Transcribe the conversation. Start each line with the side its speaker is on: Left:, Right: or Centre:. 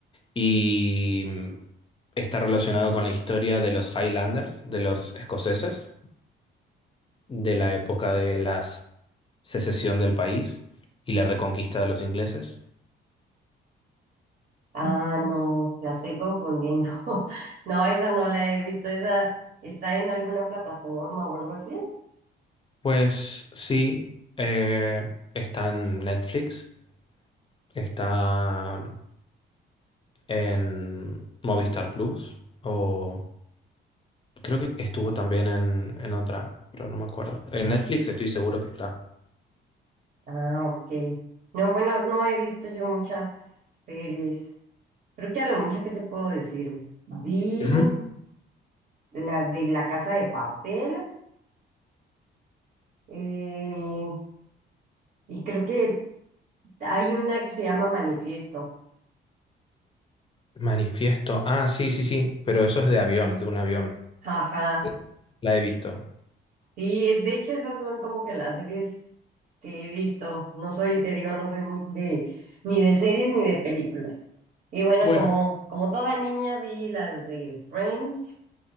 Left: y está relacionado con la historia de los Highlanders, de los escoceses, de la época de la s- secesión del país y la reconquista de los ingleses.
Right: Ah, no, la estoy confundiendo. <laughs> No, esa no la he visto. Esa está en alguna plataforma o algo así.
Left: Pues sí, eh, está en Netflix, está en Movistar Plus o creo que estuvo también en, en otra, pero no me acuerdo. En Netflix estoy seguro que está.
Right: Ah, ok. No, bueno, no he visto yo muchas series. Creo que a lo mucho que te puedo decir. Vi
Left: Ujú.
Right: la de La Casa de Papel eh, y creo que hay una que se llama Manifiesto.
Left: Manifiesto. Ah, sí, sí, sí, pero eso es de avión, de un avión.
Right: Ajá.
Left: Sí. La he visto.
Right: Y eh, de hecho esas son como que las series que he visto. No soy, te digo, no soy muy de ni de series ni de películas. Y bueno,
Left: Bueno,
Right: como, como toda niña vi las de Friends